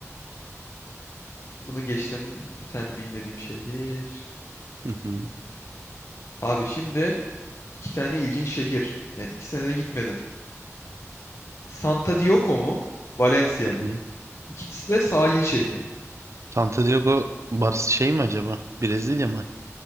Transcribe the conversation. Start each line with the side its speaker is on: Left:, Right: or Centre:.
Left: Bunu geçtim. Bir tane bilmediğim şehir.
Right: Hı hı, hı
Left: Abi şimdi iki tane ilginç şehir. Yani iki sene de gitmedim. Santa Dioco mu? Valencia mı?
Right: hı.
Left: İkisi de sahil şehri.
Right: Santo Diego Bar şey mi acaba? Brezilya mı?